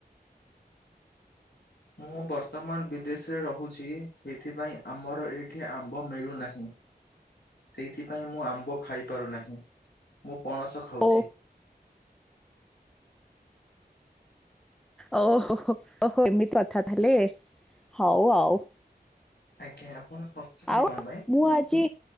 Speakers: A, on the left (about 80°); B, in the centre.
A: ମୁଁ ବର୍ତ୍ତମାନ ବିଦେଶରେ ରହୁଛି। ସେଇଥିପାଇଁ ଆମର ଏଇଠି ଆମ୍ବ ମିଳୁନାହିଁ। ସେଇଥିପାଇଁ ମୁଁ ଆମ୍ବ ଖାଇପାରୁନାହିଁ ମୁଁ ପଣସ ଖାଉଛି।
B: ଓ ଓହୋ ହୋ ଏମିତି କଥା ତାହଲେ ହଉ ଆଉ।
A: ଆଜ୍ଞା ଆପଣ। ହସୁଛନ୍ତି
B: ଆଉ
A: କଣ ପାଇଁ?
B: ମୁଁ ଆଜି